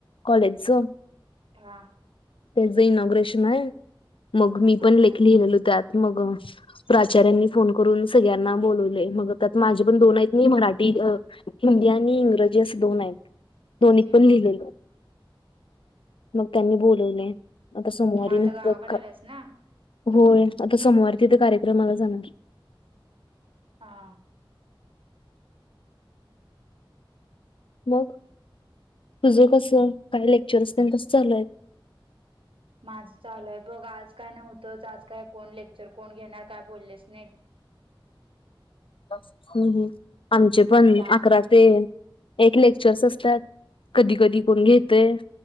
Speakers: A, on the left (about 75°); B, on the right (about 80°).
A: कॉलेजच
B: हा.
A: त्याच इनॉग्रेशन आहे. मग मी
B: हा
A: पण लेख
B: हा
A: लिहिलेलो त्यात मग प्राचार्यांनी फोन करून सगळ्यांना बोलवलय मग त्यात माझे पण दोन आहेत नाही मराठी अह हिंदी आणि इंग्रजी असे दोन आहेत. दोन्हीत
B: हम्म
A: पण लिहिले.
B: हम्म
A: मग त्यांनी बोलवले आता सोमवारी,
B: मग आता
A: <unintelligible>
B: गावाकडे आल्यास ना
A: होय आता सोमवार तिथे कार्यक्रमाला जाणार
B: हा.
A: मग तुझं कस, पण लेक्चर्स पण कस चालू आहे?
B: माझं चालू आहे बघ आज काय नव्हतंच आज काय कोण लेक्चर कोण घेणार काय बोललेच नाहीत
A: हम्म आमचे पण
B: त्या
A: अकरा ते एक लेक्चर्स असतात कधी कधी कोण
B: हम्म
A: घेतय.